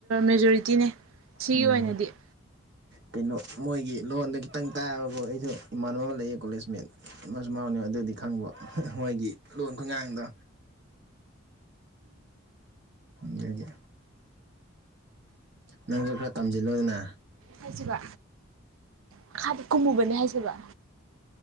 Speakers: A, on the right (about 75°); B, on the right (about 50°).
A: ꯃꯦꯖꯣꯔꯤꯇꯤꯅꯦ ꯁꯤꯒꯤ
B: ꯎꯝ
A: ꯑꯣꯏꯅꯗꯤ
B: ꯀꯩꯅꯣ ꯃꯣꯏꯒꯤ ꯂꯣꯟꯗ ꯈꯤꯇꯪ ꯇꯥꯕꯕꯨ ꯑꯩꯁꯨ ꯏꯃꯥꯟꯅꯕ ꯑꯃ ꯂꯩꯌꯦ ꯀꯣꯂꯦꯖꯃꯦꯠ ꯑꯃꯁꯨ ꯃꯥꯅꯦ ꯑꯗꯨꯗꯤ ꯈꯪꯕ ꯃꯣꯏꯒꯤ ꯂꯣꯟ ꯈꯨꯨꯉꯥꯡꯗꯣ ꯑꯗꯨꯒꯤ ꯅꯪꯁꯨ ꯈꯔ ꯇꯝꯁꯤꯜꯂꯣꯗꯅ
A: ꯍꯥꯏꯁꯤꯕ ꯃꯈꯥꯗ ꯀꯨꯝꯃꯨꯕꯅꯦ ꯍꯥꯏꯁꯦꯕ